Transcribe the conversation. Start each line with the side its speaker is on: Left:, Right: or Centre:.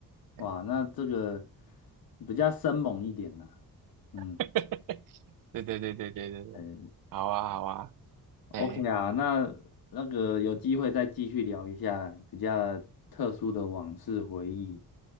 Left: 哇，
Right: 哎，
Left: 那这个比较生猛一点呐、嗯，
Right: <laughs> 对对对对对对对，
Left: 呃，
Right: 好啊好啊，
Left: OK
Right: 哎，
Left: 啊，那那个有机会再继续聊一下比较特殊的往事回忆。